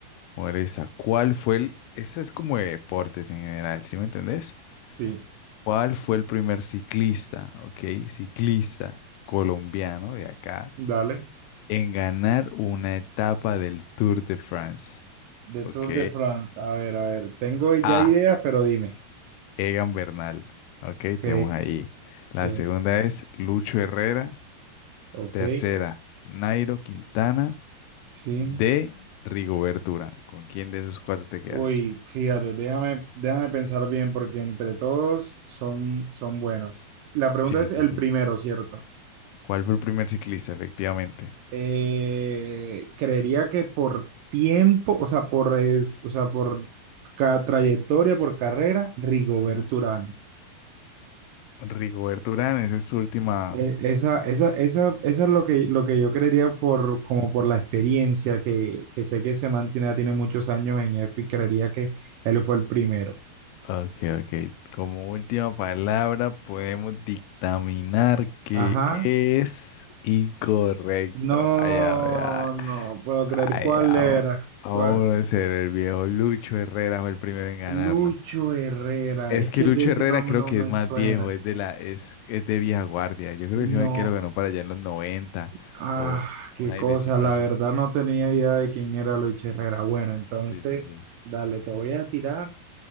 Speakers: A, on the left; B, on the right.
A: molesta. ¿Cuál fue el... Ese es como de deportes en general, ¿sí me entendés?
B: sí,
A: ¿Cuál fue el primer ciclista, ok? Ciclista colombiano de acá
B: dale.
A: en ganar una etapa del Tour de France,
B: De
A: ok?
B: Tour de France, a ver, a ver. Tengo ya
A: A.
B: ideas, pero dime.
A: Egan Bernal, ok,
B: Ok,
A: tenemos ahí. La
B: ok,
A: segunda es Lucho Herrera.
B: ok,
A: Tercera, Nairo Quintana.
B: sí.
A: de Rigoberto Urán. ¿Con quién de esos cuatro te quedas?
B: Uy, fíjate, déjame, déjame pensar bien porque entre todos son, son buenos. La pregunta
A: Sí,
B: es
A: sí,
B: el
A: sí.
B: primero, ¿cierto?
A: ¿Cuál fue el primer ciclista? Efectivamente.
B: Eh, creería que por tiempo, o sea, por, es, o sea, por ca- trayectoria, por carrera, Rigoberto
A: Ujú.
B: Urán.
A: Rigoberto Urán, esa es tu última.
B: Eh, esa, esa, esa, esa es lo que, lo que yo creería por, como por la experiencia que, que sé que se mantiene, tiene muchos años en F y creería que él fue el primero.
A: Ok, ok. Como última palabra, podemos dictaminar que
B: Ajá.
A: es incorrecto.
B: No,
A: Ay, ay, ay.
B: no puedo creer
A: Ay,
B: cuál
A: vamos.
B: era.
A: Vamos
B: ¿Cuál?
A: a ser el viejo Lucho Herrera fue el primero en ganarlo.
B: Lucho Herrera.
A: Es
B: Es
A: que
B: que
A: Lucho
B: de ese
A: Herrera
B: nombre
A: creo
B: no
A: que
B: me
A: es más
B: suena.
A: viejo, es de la, es, es de vieja guardia. Yo creo
B: No.
A: que ese marquero ganó para allá en los noventa
B: Ah,
A: o
B: qué
A: un airecito
B: cosa. La
A: así.
B: verdad no tenía idea de quién era Lucho Herrera. Bueno, entonces,
A: Sí, sí, sí.
B: dale, te voy a tirar